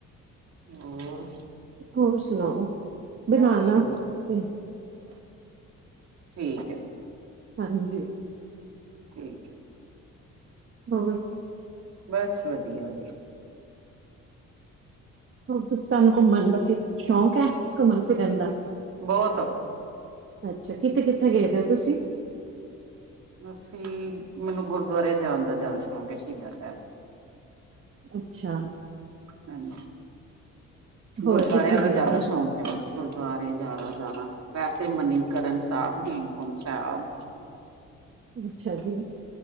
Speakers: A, on the right; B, on the right.
A: ਹੋਰ?
B: ਹੋਰ ਸੁਨਾਓ? ਬਨਾਣਾ
A: ਹੋਰ ਸਭ
B: ਤੇ <unintelligible>
A: ਠੀਕ ਐ।
B: ਹਾਂ, ਜੀ।
A: ਠੀਕ ਏ।
B: ਹੋਰ।
A: ਬਸ ਵਧੀਆ, ਵਧੀਆ।
B: ਹਦੁਸਤਾਨ ਘੁੰਮਨ ਦਾ ਫ ਸ਼ੌਕ ਹੈ ਘੁੰਮਣ ਫਿਰਨ ਦਾ?
A: ਬੋਹਤ।
B: ਅੱਛਾ ਕਿੱਥੇ-ਕਿੱਥੇ ਗਏ? ਦੇ ਹੋ ਤੁਸੀਂ
A: ਅਸੀ ਮੈਨੂੰ ਗੁਰਦੁਆਰੇ ਜਾਣ ਦਾ ਜ਼ਿਆਦਾ ਸ਼ੌਕ ਹੈ ਸ਼ਹੀਦਾ ਸਾਹਿਬ।
B: ਅੱਛਾ
A: ਹਜੀ
B: ਹੋਰ
A: ਗੁਰਦੁਆਰਿਆਂ
B: ਕਿੱਥੇ
A: ਦਾ
B: ਗਏ
A: ਜ਼ਿਆਦਾ
B: ਦੇ ਹੋ
A: ਸ਼ੌਕ
B: ਤੁਸੀਂ
A: ਹੈ ਮੈ ਗੁਰਦੁਆਰੇ ਜ਼ਿਆਦਾ ਜਾਣਾ ਵੈਸੇ ਮਨੀਕਰਨ ਸਾਬ। <inaudible> ਪੰਜਾਬ।
B: ਅੱਛਾ ਜੀ?